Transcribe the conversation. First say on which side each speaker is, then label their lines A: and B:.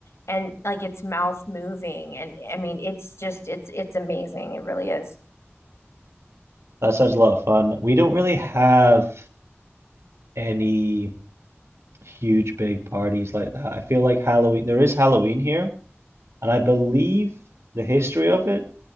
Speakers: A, on the left; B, on the right.
A: And like its mouth moving, and I mean, it's just it's it's amazing. It really is.
B: That sounds a lot of fun. We don't really have any huge big parties like that. I feel like Halloween, there is Halloween here, and I believe the history of it